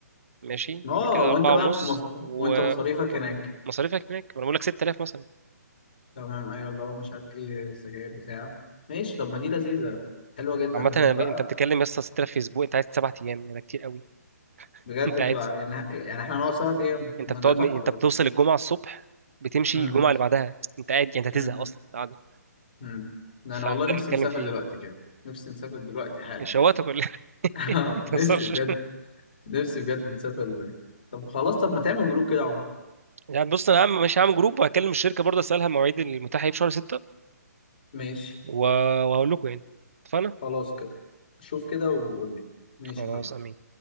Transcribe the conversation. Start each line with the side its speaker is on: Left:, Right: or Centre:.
Right: ماشي يبقى
Left: أه
Right: كده
Left: وأنت
Right: أربعة
Left: بقى
Right: ونص
Left: في مصر
Right: و
Left: وأنت مصاريفك هناك
Right: مصاريفك هناك انا بقول لك 6000 مثلا
Left: تمام ايوه اللي هو مش عارف ايه السجاير بتاع ماشي طب ما دي لذيذه حلوه جدا
Right: عامه
Left: إحنا
Right: أنا ب-
Left: لا
Right: انت بتتكلم يا اسطى 6000 في اسبوع انت قاعد سبع ايام يعني، ده كتير قوي <laughs>
Left: بجد
Right: انت قاعد
Left: بتبقى يعني يعني احنا نقعد سوا ايام
Right: انت
Left: ما
Right: بتقعد
Left: ده تحفه
Right: من... انت
Left: ده
Right: بتوصل الجمعه الصبح بتمشي
Left: امم
Right: الجمعه اللي بعدها انت قاعد يعني انت
Left: امم
Right: هتزهق اصلا قاعده
Left: امم ده
Right: فده
Left: انا والله نفسي
Right: اللي بتكلم
Left: نسافر
Right: فيه
Left: دلوقتي كده نفسي نسافر دلوقتي حالا
Right: شواطه
Left: والله
Right: كلها
Left: <laughs>
Right: <laughs>
Left: اه
Right: ما تهزرش
Left: نفسي بجد نفسي بجد نسافر دلوقتي. طب خلاص طب ما تعمل جروب كده يا عمر
Right: يعني بص انا هعمل مش هعمل جروب وهكلم الشركه برضه اسالها المواعيد المتاحه ايه في شهر 6
Left: ماشي
Right: و... وهقول لكم يعني اتفقنا
Left: خلاص كده شوف كده وقول لي ماشي
Right: خلاص
Left: يا حبيبي
Right: امين